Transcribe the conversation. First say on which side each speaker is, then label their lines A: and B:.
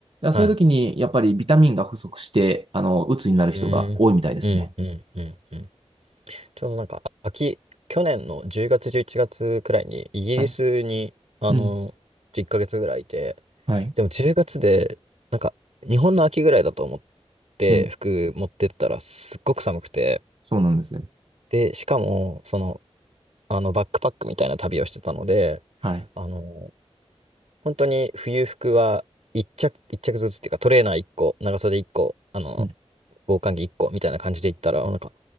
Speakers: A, on the right; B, on the right.
A: らそういう時に、
B: はい。
A: やっぱりビタミンが不足して、あの、鬱になる人が多いみたいですね。
B: うーんうんうんうんうんちょうどなんか、秋、去年の10月、11月くらいに、イギリスに、
A: はい。
B: あの、
A: うん。
B: 1ヶ月ぐらいいて、
A: はい。
B: でも10月で、なんか、日本の秋ぐらいだと思って、
A: うん。
B: 服持ってったら、すっごく寒くて、
A: そうなんですね。
B: で、しかも、その、あの、バックパックみたいな旅をしてたので、
A: はい。
B: あの、本当に冬服は一着、一着ずつっていうか、トレーナー1個、長袖1個、あの、
A: うん、
B: 防寒着1個みたいな感じで行ったら、なんか、